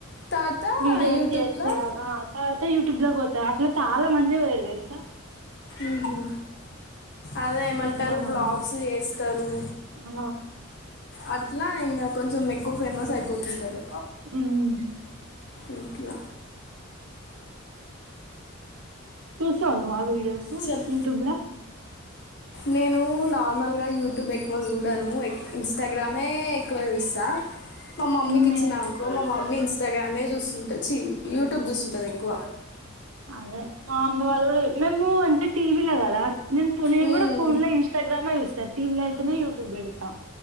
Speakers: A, on the left (about 55°); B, on the right (about 80°).
A: తర్వాత
B: వీడియోస్
A: యూట్యూబ్లో
B: చేస్తే ఆ ఆ తర్వా యూట్యూబ్ లకు పోతారు అట్లా చాలా మంది పోయిరు తెలుసా
A: ఉహు అదే ఏమంటారు
B: ఎంతమందో
A: బ్లాగ్స్ చేస్తారు
B: ఆ
A: అ ట్లా ఇంగా కొంచెం ఎక్కువ ఫేమస్ అయిపోతుంటారు
B: ఉమ్
A: ఇట్లా
B: చూసావా నువ్వు ఆ వీడియోస్
A: చెప్
B: యూట్యూబ్ల
A: నేను నార్మల్గా యూట్యూబ్ ఎక్కువ చూడను ఇన్స్టాగ్రామే ఎక్కువ చూస్తా మా మమ్మీ కి
B: నే
A: ఇచ్చినా అనుకో మా మమ్మీ ఇన్స్టాగ్రామే జుస్తుంటది చి యూట్యూబ్ జూస్తుంటది ఎక్కువ
B: అదే మా అమ్మీ వాళ్లు గుడా మేము అంటే టీవీలొ గదా నేను పునె
A: మ్మ్.
B: కూడా పోన్ లో ఇన్స్టగ్రామే జుస్తా టీవీలో అయితనే యూట్యూబ్ బెడతా